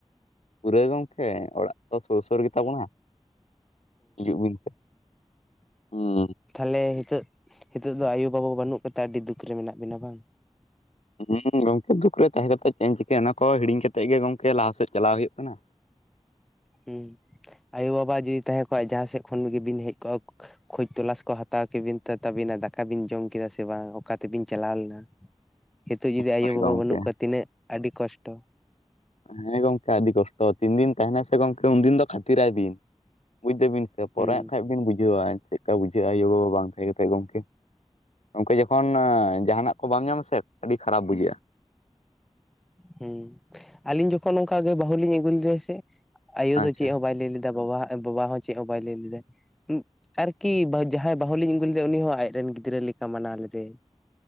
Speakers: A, on the left (about 80°); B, in the centre.
A: ᱯᱩᱨᱟᱹ ᱜᱚᱝᱠᱮ ᱚᱲᱟᱜ ᱛᱚ ᱥᱳᱨ ᱥᱳᱟ ᱜᱮᱛᱟ ᱵᱚᱱᱟ, ᱦᱤᱡᱩᱜ ᱵᱤᱱ᱾ ᱦᱩᱸ᱾
B: ᱛᱟᱦᱞᱮ ᱦᱤᱛᱚᱜ, ᱦᱤᱛᱚᱜ ᱫᱚ ᱟᱭᱩ-ᱵᱟᱵᱟ ᱵᱟᱹᱱᱩᱜ ᱠᱚᱛᱮ ᱟᱹᱰᱤ ᱫᱩᱠ ᱨᱮ ᱢᱮᱱᱟᱜ ᱵᱤᱱᱟ ᱵᱟᱝ?
A: ᱦᱩᱸ ᱜᱚᱝᱠᱮ ᱫᱩᱠ ᱨᱮ ᱛᱟᱦᱮᱸ ᱠᱟᱛᱮᱜ ᱪᱮᱫ ᱮᱢ ᱪᱤᱠᱟᱹᱭ ᱚᱱᱟ ᱠᱚ ᱦᱤᱲᱤᱧ ᱠᱟᱛᱮᱜ ᱜᱮ ᱜᱚᱝᱠᱮ ᱞᱟᱦᱟᱥᱮᱫ ᱪᱟᱞᱟᱣ ᱦᱩᱭᱩᱜ ᱠᱟᱱᱟ᱾
B: ᱦᱩᱸ᱾ ᱟᱭᱳ-ᱵᱟᱵᱟ ᱡᱩᱫᱤ ᱛᱟᱦᱮᱸ ᱠᱚᱜ-ᱟᱭ ᱡᱟᱦᱟᱸ ᱥᱮᱫ ᱠᱷᱚᱱ ᱜᱮ ᱵᱤᱱ ᱦᱮᱡ ᱠᱚᱜᱼᱟ ᱠᱷᱳᱡᱽ ᱛᱚᱞᱟᱥ ᱠᱚ ᱦᱟᱛᱟᱣ ᱠᱮᱵᱤᱱ ᱛᱮ ᱛᱟᱵᱤᱱᱟ ᱫᱟᱠᱟ ᱵᱤᱱ ᱡᱚᱢ ᱠᱮᱫᱟ ᱥᱮ ᱵᱟᱝ, ᱚᱠᱟ ᱛᱮᱵᱤᱱ ᱪᱟᱞᱟᱣ ᱞᱮᱱᱟ᱾ ᱦᱤᱛᱳᱜ ᱡᱩᱫᱤ ᱟᱭᱳ-ᱵᱟᱵᱟ
A: ᱦᱳᱭ ᱜᱚᱝᱠᱮ
B: ᱵᱟᱹᱱᱩᱜ ᱠᱚᱣᱟ ᱛᱤᱱᱟᱹᱜ ᱟᱹᱰᱤ ᱠᱚᱥᱴᱚ᱾
A: ᱦᱮᱸ ᱜᱚᱝᱠᱮ ᱟᱹᱰᱤ ᱠᱚᱥᱴᱚ᱾ ᱛᱤᱱ ᱫᱤᱱ ᱛᱟᱦᱮᱱᱟᱭ ᱥᱮ ᱜᱚᱝᱠᱮ ᱩᱱᱫᱤᱱ ᱫᱚ ᱠᱷᱟᱛᱤᱨᱟᱭ ᱵᱤᱱ᱾ ᱵᱩᱡᱽ ᱫᱟᱹᱵᱤᱱ ᱥᱮ ᱯᱚᱨᱮ
B: ᱦᱩᱸ
A: ᱦᱸᱟᱜ ᱠᱷᱟᱡᱽ ᱵᱤᱱ ᱵᱩᱡᱷᱟᱹᱣᱟ ᱪᱮᱫ ᱠᱟ ᱵᱩᱡᱷᱟᱹᱜ-ᱟ ᱟᱭᱳ-ᱵᱟᱵᱟ ᱵᱟᱝ ᱛᱟᱦᱮᱸ ᱠᱟᱛᱮᱜ ᱜᱚᱝᱠᱮ᱾ ᱜᱚᱝᱠᱮ ᱡᱚᱠᱷᱚᱱ ᱟ ᱡᱟᱦᱟᱱᱟᱜ ᱠᱚ ᱵᱟᱢ ᱧᱟᱢᱟ ᱥᱮ ᱟᱹᱰᱤ ᱠᱷᱟᱨᱟᱯ ᱵᱩᱡᱷᱟᱹᱜ-ᱟ᱾
B: ᱦᱩᱸ᱾ ᱟᱞᱤᱧ ᱡᱚᱠᱷᱚᱱ ᱱᱚᱝᱠᱟ ᱜᱮ ᱵᱟᱹᱦᱩ ᱞᱤᱧ ᱟᱹᱜᱩ ᱞᱮᱫᱮᱭᱟ ᱥᱮ, ᱟᱭᱳ
A: ᱟᱪᱪᱷᱟ
B: ᱫᱚ ᱪᱮᱫ ᱦᱚᱸ ᱵᱟᱭ ᱞᱟᱹᱭ ᱞᱮᱫᱟ ᱵᱟᱵᱟᱣᱟᱜᱼᱼ ᱟᱨ ᱵᱟᱵᱟ ᱦᱚᱸ ᱪᱮᱫ ᱦᱚᱸ ᱵᱟᱭ ᱞᱟᱹᱭ ᱞᱮᱫᱟᱭ ᱟᱨ-ᱼ ᱠᱤ ᱵᱟᱦᱩ ᱡᱟᱦᱟᱸᱭ ᱵᱟᱦᱩᱞᱤᱧ ᱟᱹᱜᱩ ᱞᱮᱫᱮᱭᱟ ᱩᱱᱤ ᱦᱚᱸ ᱟᱡᱽ ᱨᱮᱱ ᱜᱤᱫᱽᱨᱟᱹ ᱞᱮᱠᱟ ᱢᱟᱱᱟᱣ ᱞᱮᱫᱮᱭᱟᱭ᱾